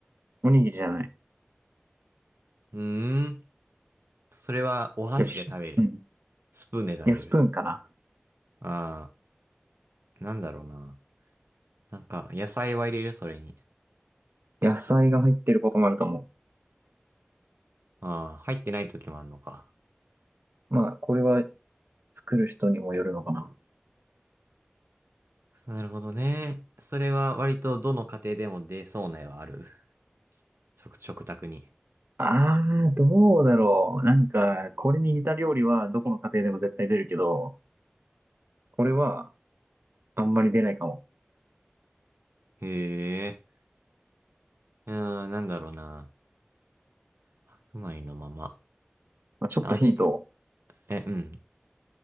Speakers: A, on the right; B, on the right.
A: おにぎりじゃない。
B: うーん。それはお箸で食べる。
A: よし。うん。
B: スプーンで食べる。
A: いや、スプーンかな。
B: ああ、なんだろうな。なんか、野菜は入れるそれに。
A: 野菜が入ってることもあると思
B: ああ、入ってない時もあんのか。
A: う。まあ、これは作る人にもよるのかな。
B: なるほどね。それは割とどの家庭でも出そうな絵はある。食、食卓に。
A: ああどうだろう。なんか、これに似た料理はどこの家庭でも絶対出るけど、これはあんまり出ないかも。
B: へえ。うーん、なんだろうな。白米のまま。
A: まあ、ちょっとヒントを。
B: 味付え、うん。